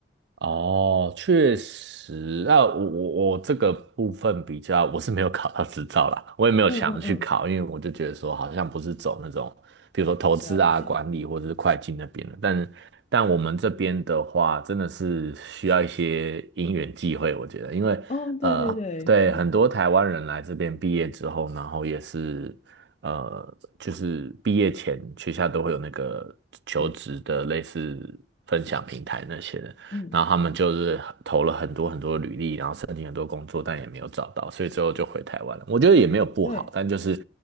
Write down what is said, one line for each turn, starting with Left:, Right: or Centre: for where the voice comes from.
Right: 哦，确实，那我我我这个部分比较，我是没有考到执照啦，我也没有想去考，
Left: 嗯嗯嗯，
Right: 因为我就觉得说好像不是走那种，比如说投资啊、
Left: 了解。
Right: 管理或者是会计那边的，但但我们这边的话，真的是需要一些因缘际会，我觉得，因为呃，
Left: 哦，对对对，
Right: 对很多台湾人来这边毕业之后，
Left: 嗯
Right: 然后也是呃，就是毕业前学校都会有那个求职的类似分享平台那些的。
Left: 是嗯
Right: 然后他们就是投了很多很多履历，然后申请很多工作，但也没有找到，所以最后就回台湾了。我觉得也没有不好，
Left: 对。
Right: 但就是，